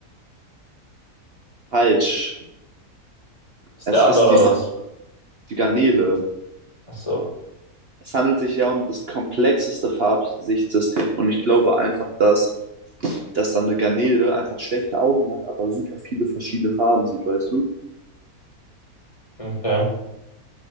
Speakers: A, on the right; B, on the left.
A: Falsch.
B: Ist
A: Es
B: der Adler
A: ist
B: oder
A: die, Man-
B: was?
A: die Garnele.
B: Ach so.
A: Es handelt sich ja um das komplexeste Farbsichtsystem und ich glaube einfach, dass, dass dann eine Garnele einfach schlechte Augen hat, aber super viele verschiedene Farben sieht, weißt du?
B: Okay,